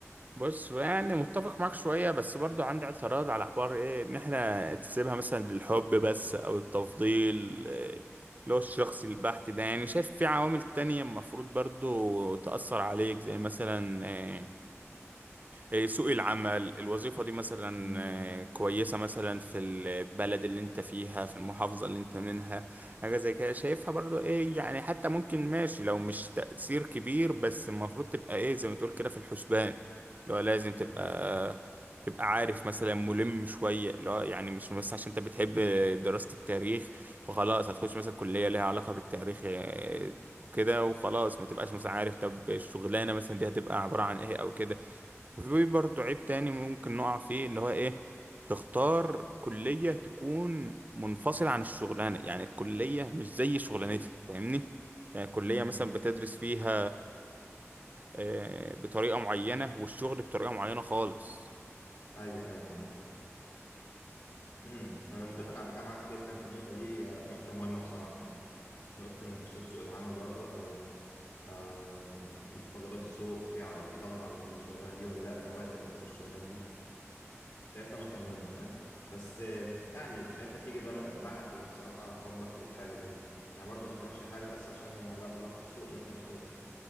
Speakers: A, on the right; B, on the left.
A: بص يعني متفق معاك شوية بس برضو عندي اعتراض على حوار ايه ان احنا تسيبها مثلا للحب بس او التفضيل إيه، اللي هو الشخصي البحت ده يعني شايف في عوامل تانية المفروض برضو تأثر عليك زي مثلا آه، آه، سوق العمل الوظيفة دي مثلا
B: امم
A: آه، كويسة مثلا في البلد اللي انت فيها في المحافظة اللي انت منها حاجة زي كده شايفها برضو ايه يعني حتى ممكن ماشي لو مش تأثير كبير بس المفروض تبقى ايه زي ما تقول كده في الحسبان اللي هو لازم
B: امم
A: تبقى تبقى عارف مثلا ملم شوية اللي هو يعني مش مثلا عشان انت بتحب دراسة التاريخ فخلاص هتخش مثلا كلية ليها علاقة بالتاريخ آه، كده وخلاص ما تبقاش مثلا عارف طب الشغلانة مثلا دي هتبقى عبارة عن ايه او كده وفي برضه عيب تاني ممكن نقع فيه اللي هو ايه تختار كلية تكون منفصلة عن الشغلانة يعني الكلية مش زي شغلانتها فاهمني يعني كلية
B: امم
A: مثلا بتدرس فيها آه، بطريقة معينة والشغل بطريقة معينة خالص
B: ايوه ايوه فاهم فاهم امم انا متفق على فكره معاك جدا في النقطه دي هي نقطه مهمه بصراحه يعني نقطه انك تشوف سوق العمل برضو او آه متطلبات السوق في ع- في طلب على الشغلانه دي ولا لا رواتب برضو الشغلانه دي شايفها نقطة مهمة فاهم بس آه، يعني شايفها تيجي در- بعد بصراحة حبك للحاجة دي يعني يعني برضو ما تروحش حاجة بس عشان هي عليها طلب في السوق وانت مش حاببها